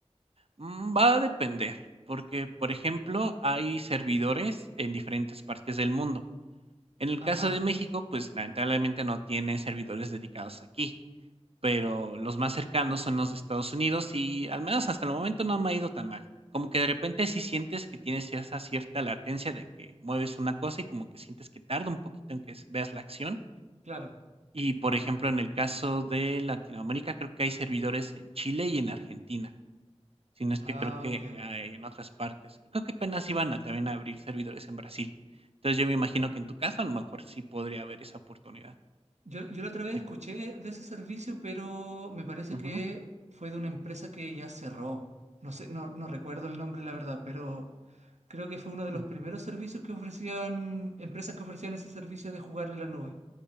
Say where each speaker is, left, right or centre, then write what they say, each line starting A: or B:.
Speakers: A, on the right; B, on the right.
A: Mm, Va a depender, porque, por ejemplo, hay servidores en diferentes partes del mundo. En el
B: Ajá,
A: caso de México, pues lamentablemente no tiene servidores dedicados aquí, pero los más cercanos son los de Estados Unidos y al menos hasta el momento no me ha ido tan mal. Como que de repente si sientes que tienes esa cierta latencia de que mueves una cosa y como que sientes que tarda un poquito en que veas la acción,
B: claro.
A: Y, por ejemplo, en el caso de Latinoamérica, creo que hay servidores en Chile y en Argentina, si no es
B: Ah,
A: que creo que,
B: ok.
A: ah, en otras partes. Creo que apenas iban a también abrir servidores en Brasil. Entonces, yo me imagino que en tu caso, a lo mejor sí podría haber esa oportunidad
B: Yo, yo la otra vez
A: de
B: escuché de ese servicio, pero me parece
A: Ujú,
B: que fue de una empresa que ya cerró. No sé, no, no recuerdo el nombre, la verdad, pero creo que fue uno de los
A: ujú,
B: primeros servicios que ofrecían, empresas que ofrecían ese servicio de jugar en la nube.